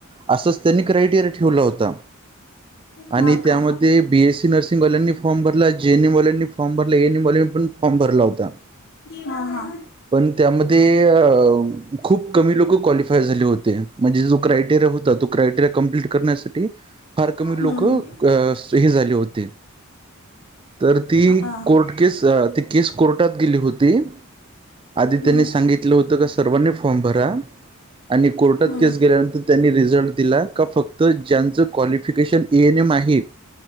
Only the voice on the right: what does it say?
असंच त्यांनी क्रायटेरिया ठेवल होत.
आणि त्यामध्ये
बी. एस. सी. नर्सिंगवाल्यांनी फॉर्म भरला. जे एन. एमवाल्यांनी फॉर्म भरला एन एम. वाल्यांनी पण फॉर्म भरला होता.
पण त्यामध्ये अ खूप कमी लोक क्वालिफाय झाले होते. म्हणे जो क्रयटेरि होता. तो क्रयटेरि कम्प्लीट करण्यासाठी फार कमी
लोक.
लोक हे झाले होते. तर ती
कोर्ट केस ते. केस कोर्टात गेली होती. आधी
त्यांनी सांगितलं होतं का सर्वांनी फॉर्म भरा. आणि कोर्टात
केस गेल्यानंतर त्यांनी रिझल्ट दिला का फक्त ज्यांचं क्वालिफिकेशन माहीत.